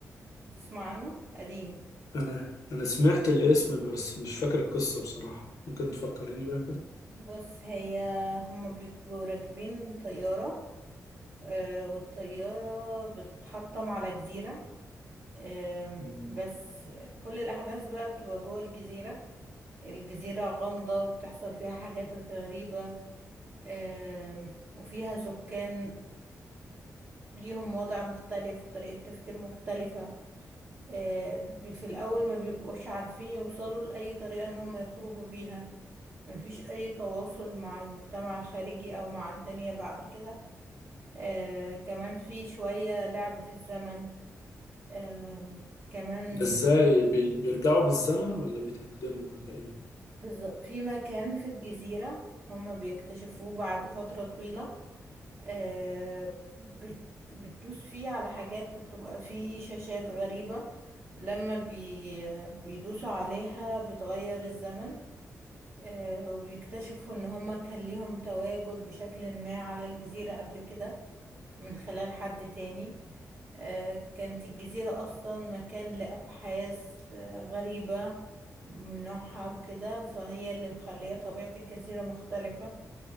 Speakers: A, on the right; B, on the left.
A: تسمع عنه قديم
B: انا انا سمعت الاسم بس مش فاكر القصة بصراحة ممكن تفكريني بقى كده
A: بص هي هما بيبقوا راكبين طيارة آه، والطيارة بتتحطم على جزيرة آم،
B: مم.
A: بس كل الأحداث بقى بتبقى جوه الجزيرة الجزيرة غامضة وبتحصل فيها حاجات غريبة آم، وفيها سكان ليهم وضع مختلف وطريقة تفكير مختلفة آه، في الأول ما بيبقوش عارفين يوصلوا لأي طريقة إن هم يخرجوا بيها مفيش أي تواصل مع المجتمع الخارجي أو مع الدنيا بعد كده آه، كمان في شوية لعب في الزمن آه، كمان
B: ده ازاي بي... بيرجعوا بالزمن ولا بيتقدموا ولا ايه
A: بالظ- في مكان في الجزيرة هم بيكتشفوه بعد فترة طويلة آه، بت بتدوس فيه على حاجات وبتبقى فيه شاشات غريبة لما بي بيدوسوا عليها بتغير الزمن آه، وبيكتشفوا ان هما كان ليهم تواجد بشكل ما على الجزيرة قبل كده من خلال حد تاني آه، كانت الجزيرة أصلا مكان لأبحاث آه، غريبة من نوعها وكده فهي اللي مخلية طبيعة الجزيرة مختلفة